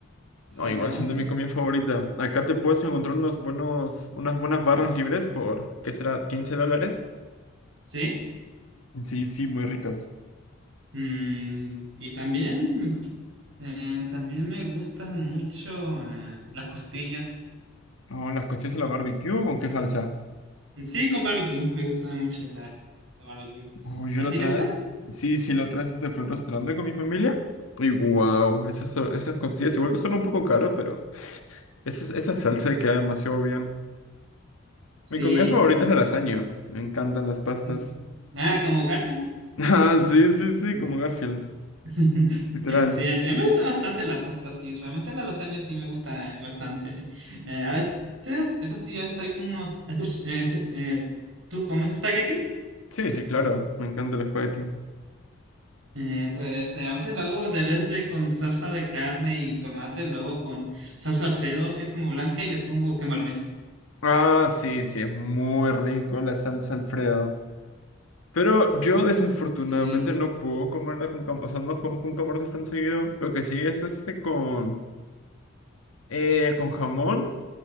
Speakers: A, on the right; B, on the left.
A: sí,
B: No, igual
A: no,
B: son
A: eso
B: de
A: es-
B: mi comida favorita. Acá te puedes encontrar unos buenos, unas buenas barras libres por, ¿qué será? quince dólares?
A: sí.
B: Sí, sí, muy
A: Mm,
B: ricas.
A: mm, y también... Eh, también me gustan mucho eh, las costillas.
B: Oh, las costillas a la barbecue o con qué salsa?
A: Sí, con barbecue. Me gusta mucho la, la barbecue.
B: Oh, yo
A: ¿A
B: lo
A: ti
B: traes.
A: te gusta?
B: Sí, sí, lo traes este fue un restaurante con mi familia. Y wow, esas, son- esas costillas igual que son un poco caros, pero esa, esa salsa queda demasiado bien.
A: Sí.
B: Mi comida favorita
A: <laughs>
B: es la lasaña. Me encantan las pastas.
A: Es- Ah, como Garfield.
B: <laughs> Ah, sí, sí, sí,
A: Mm.
B: como Garfield,
A: <laughs>
B: literal.
A: Sí, a mí a mí me gusta bastante las pastas sí realmente la lasaña sí me gusta eh, bastante. Eh, a veces, eso sí, a veces hay como unos... escuch- eh, se- eh, ¿tú comes espagueti?
B: Sí, sí, claro, me encanta el espagueti.
A: Eh, pues eh, a veces lo hago de vez de con salsa de carne y tomate, lo hago con salsa Alfredo, que es como blanca, y le pongo camarones.
B: Ah, sí, sí, es muy rico la salsa Alfredo. Pero yo desafortunadamente
A: Sí,
B: no puedo comerla con cam- o sea, no como con camarones tan seguido. Lo que sí es este con Eh, con jamón,